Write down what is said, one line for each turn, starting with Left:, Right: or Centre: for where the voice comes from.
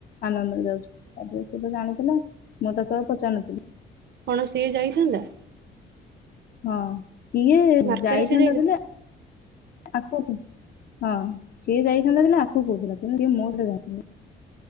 Left: ଆମେ ଆମର ଯାଉଛୁ। ତାପରେ ସିଏ ତ ଜାଣିଥିଲା ମୁଁ ତାକୁ ଆଉ ପଚାରୁନଥିଲି।
Right: କଣ ସି ସିଏ ଯାଇଥାନ୍ତା?
Left: ହଁ। ସିଏ
Right: ମାର୍କେଟ
Left: ଯାଇଥାନ୍ତା
Right: ସିଏ
Left: ବୋଇଲେ ଆଗକୁ? ହଁ ସିଏ ଯାଇଥାନ୍ତା ବୋଇଲେ ଆକୁ କହୁଥିଲା କିନ୍ତୁ ସେ ମୋ ସହ ଯାଇଥିଲା।